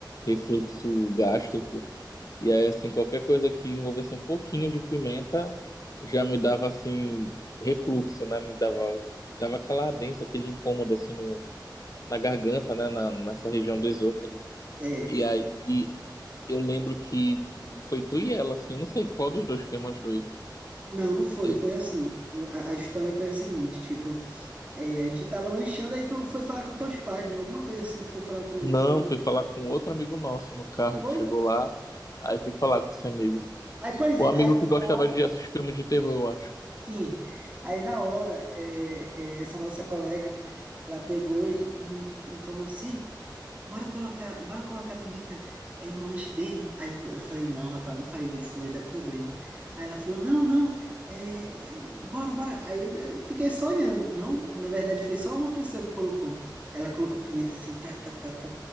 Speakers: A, on the left (about 45°); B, on the right (about 20°).
A: refluxo gástrico. E aí, assim, qualquer coisa que envolvesse um pouquinho de pimenta já me dava, assim, refluxo, né? Me dava, dava aquela ardência, aquele incômodo, assim, no, na garganta, né? Na, nessa região do esôfago.
B: É.
A: E aí. Eu lembro que foi tu e ela, assim, eu não sei qual dos dois foi mais doido.
B: Não, não foi.
A: Eu
B: Foi assim. Eu- A, a história foi a seguinte, tipo, é, a gente tava lanchando, aí tu foi falar com teus pais, né? Alguma coisa assim, tu foi falar com,
A: não
B: com...
A: fui falar com outro amigo nosso no carro
B: Foi?
A: que chegou lá, aí fui falar com esse amigo.
B: Aí, pois
A: O
B: é,
A: amigo
B: aí na
A: que gostava
B: hora,
A: de assistir filme de terror, eu acho.
B: sim. Aí na hora, é, é, essa nossa colega, ela pegou e, e, e falou assim. bora colocar, bora colocar pimenta é, no lanche dele. Aí eu falei, não, rapaz, não faz isso, vai dar problema. Aí ela falou, não, não, é, bora, bora. Aí eu fiquei só olhando. Não, na verdade foi só uma pessoa que colocou. Ela colocou pimenta assim, tá, tá, tá, tá.